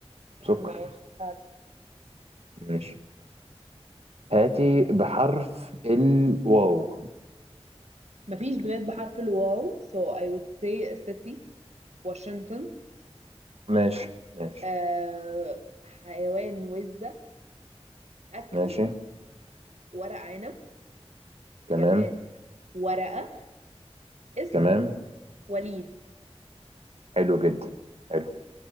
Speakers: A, on the right (about 65°); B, on the right (about 85°).
A: سكر
B: ماشي حرف
A: ماشي هاتي بحرف الواو
B: مفيش بلاد بحرف الواو so I would say a city واشنطن
A: ماشي ماشي
B: آه حيوان وزة أكل
A: ماشي
B: ورق عنب
A: تمام
B: جماد ورقة اسم
A: تمام
B: وليد
A: حلو جدا حلو